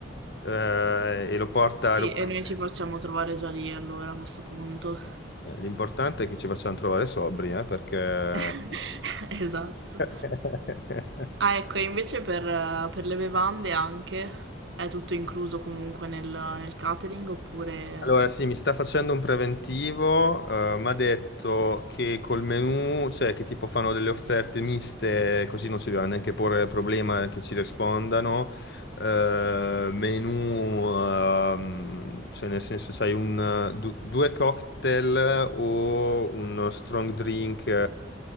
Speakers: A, on the left; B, on the right.
A: eh, e lo porta...
B: Sì,
A: lo porta-
B: e noi ci facciamo trovare già lì allora a questo punto.
A: Eh, L'importante è che ci facciano trovare sobri, eh, perché...
B: <laughs> Esatto.
A: <laughs>
B: Ah, ecco, e invece per, eh, per le bevande anche è tutto incluso comunque nel, nel catering oppure...
A: Allora, sì, mi sta facendo un preventivo, mi ha detto che col menù, cioè che tipo fanno delle offerte miste, così non si deve neanche porre il problema che ci rispondano. Eh, menù, ehm, cioè nel senso c'hai un, du- due cocktail o uno strong drink, eh,